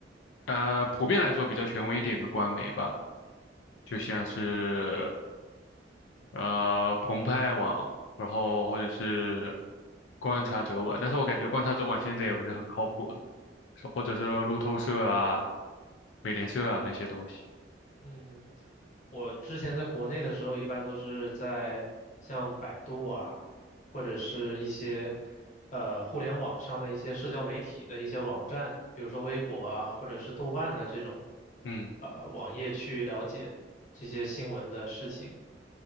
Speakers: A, on the left (about 85°); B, on the left (about 45°).
A: 呃，普遍来说比较权威一点的官媒吧，就像是呃澎湃网，然后或者是观察者网，但是我感觉观察者网现在也不是很靠谱了，是或者是路透社啊、美联社啊那些东西，
B: 嗯，我之前在国内的时候，一般都是在像百度啊，或者是一些，呃，互联网上的一些社交媒体的一些网站，比如说微博啊，或者是豆瓣的这种，
A: 嗯
B: 呃，网页去了解这些新闻的事情。